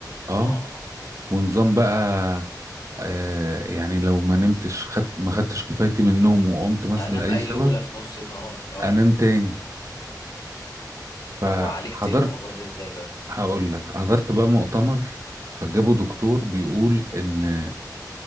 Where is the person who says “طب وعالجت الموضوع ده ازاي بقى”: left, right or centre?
Left